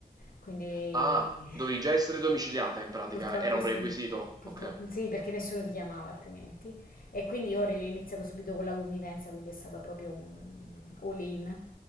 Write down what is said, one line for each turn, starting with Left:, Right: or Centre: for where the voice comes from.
Left: Quindi...
Right: Ah, dovevi
Left: <laughs>
Right: già essere domiciliata in pratica,
Left: Purtroppo
Right: era un
Left: sì,
Right: requisito,
Left: purtroppo
Right: ok.
Left: sì, perché nessuno ti chiamava altrimenti. E quindi io ho iniziato subito con la convivenza, quindi è stato proprio un all-in.